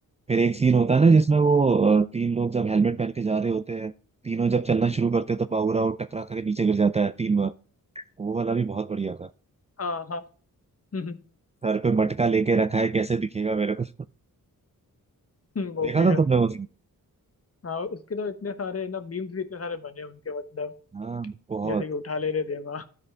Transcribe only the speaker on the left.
हाँ हाँ हम्म,
हम्म, वो
भी
है
हाँ उसके तो इतने सारे ना मीम्स भी इतने सारे बने उनके मतलब
जैसे कि उठा ले रे देवा